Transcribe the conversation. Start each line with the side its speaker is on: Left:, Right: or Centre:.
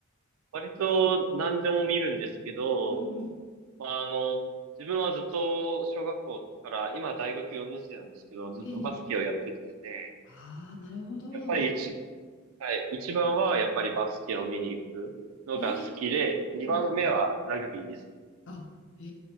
Right: 割と何でも見るんですけど、
Left: うんうん。
Right: まあ、あの、自分はずっと小学校から今大学4年生なんですけど、ずっとバスケをやってきてて、
Left: ええああー、なるほど。
Right: やっぱり一、はい、一番はやっぱりバスケを見に行くのが好きで、
Left: えー、
Right: 二番目はラグビーですね。
Left: うんうん。あ、え